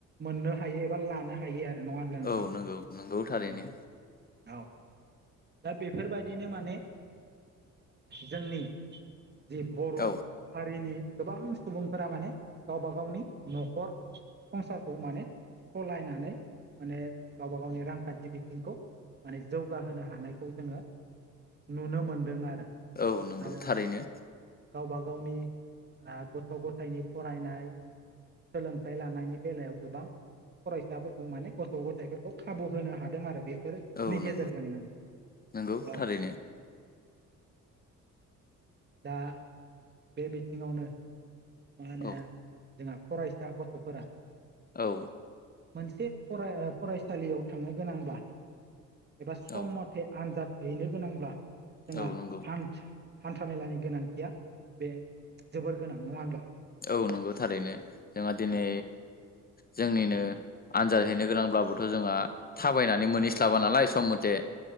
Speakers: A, on the right; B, on the left.
A: मोननो हायो एबा लानो हायो आरो नङा होनब्ला नोंथां
B: औ नंगौ नंगौ थारैनो
A: औ। औ दा बेफोरबायदिनो माने जोंनि जि बर'
B: औ
A: हारिनि गोबां सुबुंफोरा माने गावबा गावनि न'खर संसारखौ माने सालायनानै माने गावबा गावनि रांखान्थि बिथिंखौ माने जौगाहोनो हानायखौ जोङो नुनो मोनदों आरो
B: औ नंगौ
A: आरो
B: थारैनो
A: गावबागाव गावनि गथ' गथायनि फरायनाय सोलोंथाइ लानायनि बेलायाव गोबां फरायसाफोरखौ माने गथ' गथायाइफोरखौ खाबु होनो हादों आरो बे बेफोरनि
B: औ
A: गेजेरजोंनो
B: नंगौ नंगौ
A: औ
B: थारैनो
A: औ दा बे बिथिङावनो मा होनो
B: औ
A: जोंहा फरायसा गथ'फोरा
B: औ
A: मोनसे फ फरायसालियाव थांनो गोनांब्ला एबा सम
B: औ
A: मथे आनजाद हैनो गोनांब्ला जोंहा
B: औ नंगौ
A: हान हान्था मेलानि गोनांथिया बे जोबोर गोनां नंङा होनब्ला
B: औ नंगौ थारैनो जोंहा दिनै
A: औ
B: जोंनिनो आनजाद हैैनो गोनांब्लाबोथ' जोंहा थाबायनानै मोनहैस्लाबा नालाय सम मथे